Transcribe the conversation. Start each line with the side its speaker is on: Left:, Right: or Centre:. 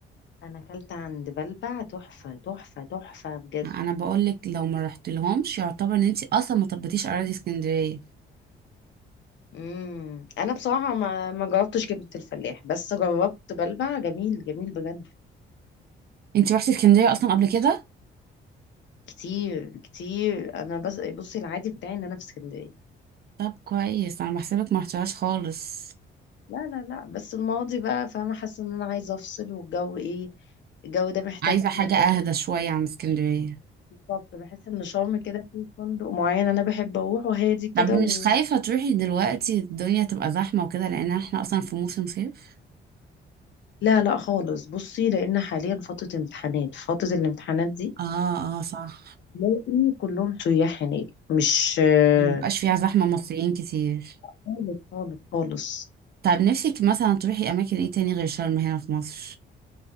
Left: أنا أكلت عند بلبع تحفة تحفة تحفة بجد
Right: انا بقول لك لو ما رحت لهمش يعتبر ان انت اصلا ما طبتيش اراضي اسكندريه
Left: مم. أنا بصراحة ما ما جربتش كبدة الفلاح بس جربت بلبع جميل جميل بجد
Right: انت رحتي اسكندريه اصلا قبل كده
Left: كتير كتير أنا بس بصي العادي بتاعي إن أنا في اسكندرية
Right: طب كويس انا بحسبك ما رحتهاش خالص
Left: لا لا لا بس الماضي بقى فأنا حاسة إن أنا عايزة أفصل والجو إيه الجو ده محتاج
Right: عايزه حاجه
Left: مكان
Right: اهدى شويه عن اسكندريه
Left: بالظبط بحس ان شرم كده في فندق معين انا بحب اروحه هادي
Right: طب
Left: كده
Right: مش
Left: و...
Right: خايفه تروحي دلوقتي الدنيا تبقى زحمه وكده لان احنا اصلا في موسم صيف
Left: لا لا خالص بصي لان حاليا فتره امتحانات فتره الامتحانات دي
Right: اه اه صح
Left: تلاقي كلهم سياح هناك مش آه،
Right: مبقاش فيها زحمه مصريين كتير
Left: خالص خالص خالص
Right: طب نفسك مثلا تروحي اماكن ايه تاني غير شرم هنا في مصر